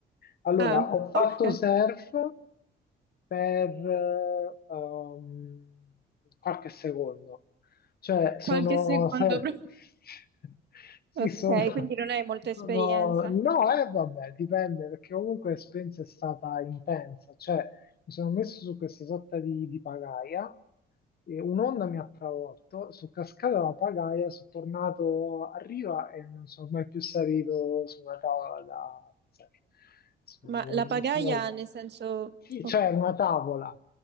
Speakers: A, on the left (about 50°); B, on the right (about 60°).
A: Allora,
B: Ah,
A: ho fatto
B: ok.
A: surf per eh, um, qualche secondo. Cioè, sono...
B: Qualche secondo.
A: sa-
B: prima.
A: <laughs> sì,
B: Ok,
A: sono...
B: quindi non hai molta esperienza.
A: sono- No, eh, vabbè, dipende, perché comunque l'esperienza è stata intensa. Cioè, mi sono messo su questa sorta di, di pagaia e un'onda mi ha travolto, sono cascato dalla pagaia, sono tornato a riva e non sono mai più salito su una tavola da... su-
B: Ma la pagaia
A: su-
B: nel senso...
A: Sì,
B: ok.
A: cioè una tavola.